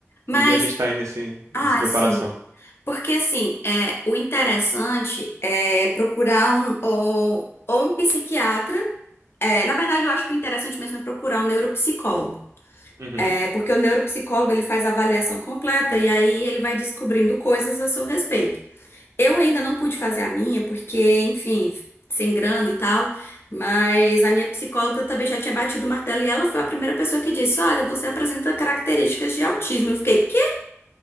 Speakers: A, on the left; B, on the right.
A: Mas,
B: E a gente tá aí nesse, nessa
A: ah,
B: preparação.
A: sim. Porque assim, é, o interessante é procurar um ou, ou um psiquiatra. É, na verdade, eu acho que o interessante mesmo é procurar um neuropsicólogo.
B: Uhum.
A: É porque o neuropsicólogo ele faz a avaliação completa e aí ele vai descobrindo coisas a seu respeito. Eu ainda não pude fazer a minha, porque, enfim, sem grana e tal, mas a minha psicóloga também já tinha batido o martelo e ela foi a primeira pessoa que disse: Olha, você apresenta características de autismo. Eu fiquei, quê?